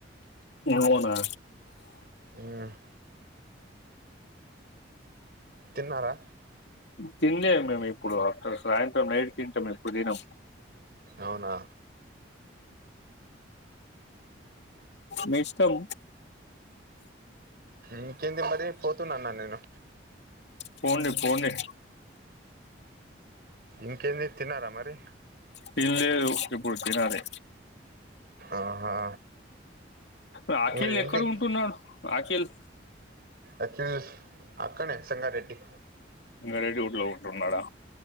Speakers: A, on the left; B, on the right.
A: అవునా
B: మ్మ్ తిన్నారా
A: తిన్న్ లేదు మేము ఇప్పుడు అ సాయంత్రం నైట్ తింటాం ఇప్పుడు తినం
B: అవునా
A: మీ ఇష్టం
B: ఇంకేంది మరి పోతున్నా అన్న నేను
A: పోండి పోండి
B: ఇంకేంది తిన్నారా మరి
A: తినలేదు ఇప్పుడు తినాలి
B: ఆహా
A: రాఖీల్
B: మరి ఏంటి
A: ఎక్కడ ఉంటున్నారు అఖల్
B: అఖిల్ అక్కనే సంగారెడ్డి
A: ఇ గడేడి ఊళ్ళో ఉంటున్నాడా